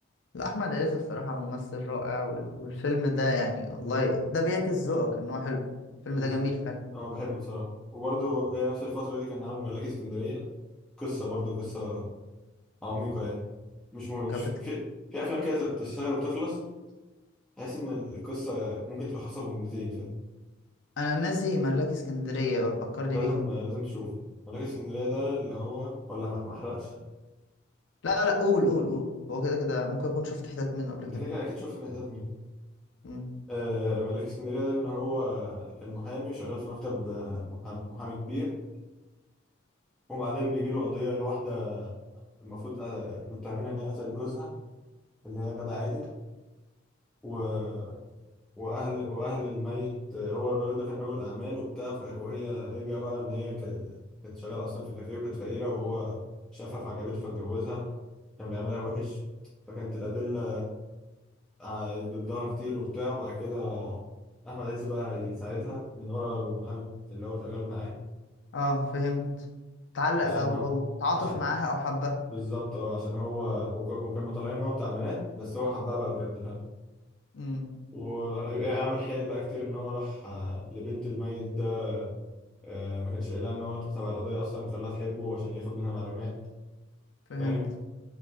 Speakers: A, on the left; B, in the centre.
A: لا احمد عز الصراحة ممثل رائع وال... والفيلم ده يعني والله ده بيعكس ذوقك ان هو حلو الفيلم
B: بالظبط
A: ده جميل فعلا
B: اه بحبه بصراحه وبرده نفس الفتره دي كان عامل ملاك اسكندريه قصه برضه قصه عميقه يعني مش مش
A: كانت
B: في
A: بت-
B: في افلام كده تشتغل وتخلص بحس ان القصه ممكن تلخصها في جملتين فاهم
A: انا ناسي ملاكي اسكندرية فكرني
B: لازم
A: بيه
B: لازم تشوف ملاك اسكندريه ده اللي هو ولا ما ما احرقش
A: لا لا قول قول قول هو كده كده ممكن اكون شفت حتت منه قبل
B: انت
A: كده
B: كده كده اكيد شفت من حتت منه
A: امم
B: آه ملاك اسكندريه ده ان هو كان محامي وشغال في مكتب آه، محامي, محامي كبير وبعدين بيجي له قضيه لواحده المفروض آه، متهمينها ان هي قتلت جوزها اللي هي غادة عادل و... واهل واهل الميت هو الراجل ده كان رجل اعمال وبتاع ف- وهي يرجع بقى ان هي ك- كانت شغاله اصلا في كافيه وكانت فقيره وهو شافها فعجبته فاتجوزها كان بيعملها وحش فكانت الادله ع- ضدها كتير وبتاع وبعد كده احمد عز بقى يساعدها من ورا المحامي اللي هو شغال معاه
A: اه فهمت تعلق
B: عشان
A: او
B: هو
A: او تعاطف
B: عشان
A: معاها او حبها
B: بالظبط اه عشان هو وك- وكانوا طالعين ان هو بتاع بنات بس هو حبها بقى بجد فاهم
A: امم
B: ويعمل حيل بقى كتير ان هو راح آه، لبنت الميت آه، ما كانش قايلها ان هو تبع القضيه اصلا وخلاها تحبه عشان ياخد منها معلومات
A: فهمت
B: فاهم